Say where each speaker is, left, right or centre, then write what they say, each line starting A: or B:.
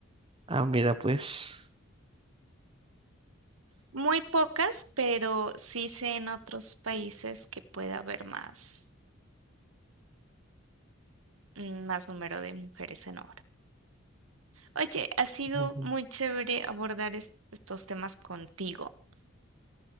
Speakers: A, on the right; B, on the right.
A: Ah, mira, pues.
B: Muy pocas, pero sí sé en otros países que puede haber más, mm, más número de mujeres en obra. Oye, ha sido
A: Ujú.
B: muy chévere abordar es- estos temas contigo.